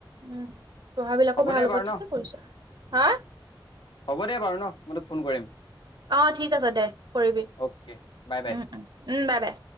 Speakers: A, on the right (about 60°); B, on the left (about 65°).
A: উম পঢ়া বিলাকো ভাল
B: দে
A: হ'ব
B: বাৰু
A: ঠিকে
B: ন
A: কৰিছে হা
B: হ'ব দে বাৰু ন মই তোক ফোন কৰিম
A: অ ঠিক আছে দে কৰিবি
B: অ'কে বাই বাই
A: উম উম উম বাই ব